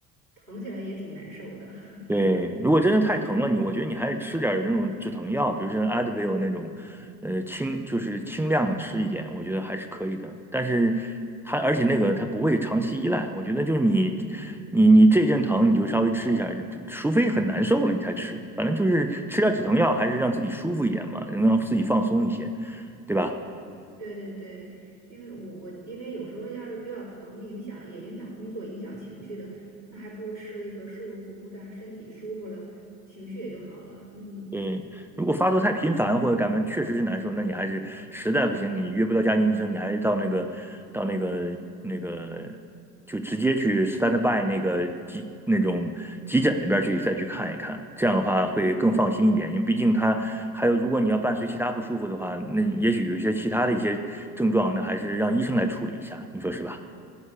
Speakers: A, on the left (about 85°); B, in the centre.
A: 疼起来也挺难受的。<laughs>
B: 对，如果真的太疼了你，我觉得你还是吃点儿那种止疼药，比如说 Advil 那种，呃，轻就是轻量的吃一点，我觉得还是可以的。但是它而且那个它不会长期依赖，我觉得就是你你你这阵疼你就稍微吃一下，除非很难受了你才吃，反正就是吃点止疼药，还是让自己舒服一点嘛，能让自己放松一些，对吧？
A: 对对对，因为我我因为有时候要是比较疼，影响也影响工作，影响情绪的，那还不如吃一个舒舒服服的，让身体舒服了，情绪也就好了。嗯。
B: 嗯，如果发作太频繁或者感冒确实是难受，那你还是实在不行，你约不到家庭医生，你还是到那个到那个那个就直接去 stand by 那个急那种急诊那边去再去看一看，这样的话会更放心一点，因为毕竟他还有如果你要伴随其他不舒服的话，那也许有一些其他的一些症状，那还是让医生来处理一下，你说是吧？